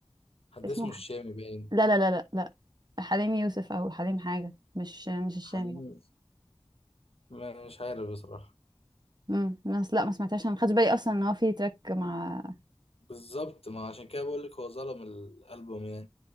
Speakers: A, on the left; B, on the right.
A: حد
B: اسمه
A: اسمه
B: ح-
A: الشامي باين
B: لا لا لا لا لا حليم يوسف أو حليم حاجة مش مش الشامي
A: حليم ما مش عارف بصراحة
B: امم بس لا ما سمعتهاش انا ما خدتش بالي اصلا ان هو في تراك مع
A: بالظبط ما عشان كده بقول لك هو ظلم الألبوم يعني